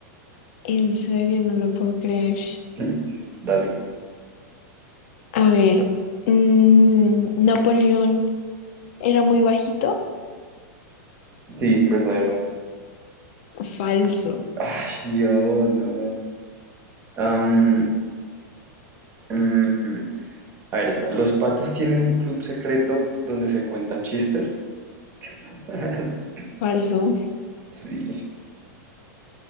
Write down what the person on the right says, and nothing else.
<laughs> Dale.
Sí, verdadero.
Ay, Dios, no. Am, mm, a ver, esta. ¿Los patos tienen un club secreto donde se cuentan chistes? <laughs>
Sí,